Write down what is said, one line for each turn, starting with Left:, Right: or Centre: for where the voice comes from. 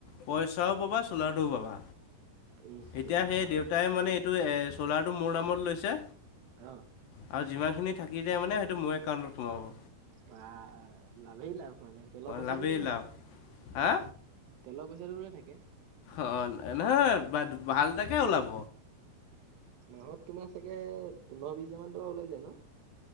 Left: পইচাও পাবা চ'লাৰটোও পাবা।
Right: ইচ
Left: এতিয়া
Right: ৰাম
Left: সেই দেউতাই মানে টো এ চলাৰটো মোৰ নামত লৈছে,
Right: অ',
Left: আৰু যিমানখিনি থাকি যায় মানে সেইটো মোৰ একাউণ্টত সোমাব।
Right: বাঃ লাভেই লাভ মানে তেলৰ পইচাটো
Left: লাভেই
Right: ওলাই থাকে
Left: লাভ
Right: আউ তোমাৰ।
Left: হা?
Right: তেলৰ পইচাটো ওলাই থাকে।
Left: অ' নহয় বাদ ভাল তাকে ওলাব।
Right: মাহত তোমাৰ চাগে পোন্ধৰ বিছ হাজাৰ মান টকা ওলাই যায় ন'?